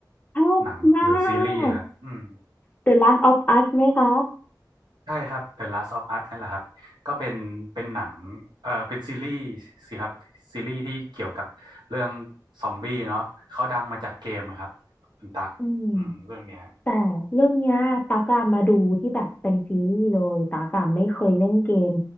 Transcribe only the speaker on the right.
หนังหรือซีรีส์อะครับอืม
ใช่ครับ The Last of Us นั่นแหละครับก็เป็นเป็นหนังเอ่อเป็นซีรีส์สิครับซีรีส์ที่เกี่ยวกับเรื่องซอมบี้เนาะเขาดังมาจากเกมอะครับคุณตั๊กอืมเรื่องเนี้ย